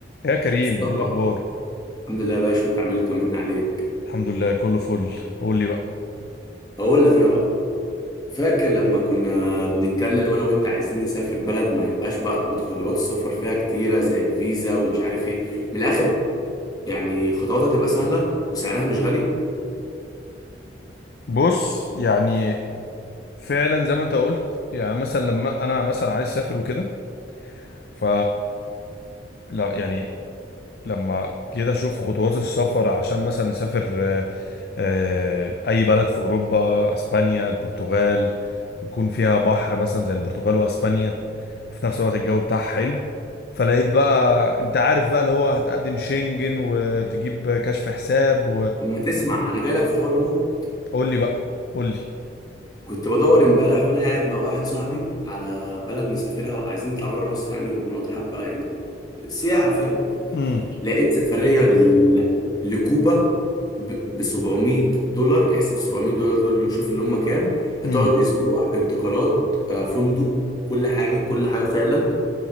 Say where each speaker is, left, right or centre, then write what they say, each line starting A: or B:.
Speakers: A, on the left; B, on the left.
A: يا كريم
B: مصطفى
A: ايه الاخبار
B: الحمد لله يا باشا انت عامل لي طمنا عليك
A: الحمد لله كله فل قول لي بقى
B: اقول لك انا بقى فاكر لما كنا بنتكلم انا وانت عايزين نسافر بلد ما يبقاش بقى متطلبات السفر فيها كتيره زي الفيزا ومش عارف ايه من الاخر يعني خطواتها تبقى سهله وسعرها مش غالي
A: بص يعني فعلا زي ما انت قلت يعني مثلا لما انا مثلا عايز اسافر وكده ف لا يعني لما كده اشوف خطوات السفر عشان مثلا نسافر آه، آه، اي بلد في اوروبا اسبانيا البرتغال يكون فيها بحر مثلا زي البرتغال واسبانيا في نفس الوقت الجو بتاعها حلو فلقيت بقى انت عارف بقى اللي هو هتقدم شنجن وتجيب كشف حساب
B: اما تسمع انا جاي لك في حرمه
A: قول لي بقى قول لي
B: كنت بدور امبارح وانا قاعد مع واحد صاحبي على بلد نسافرها وعايزين نطلع بره مصر يعني ونقعد حبه يعني سياحه فاهم
A: امم
B: لقيت سفرية ل... لكوبا ب 700 دولار احسب 700 دولار دول شوف اللي هم كام هتقعد
A: امم
B: اسبوع انتقالات آه، فندق كل حاجة كل حاجة فعلا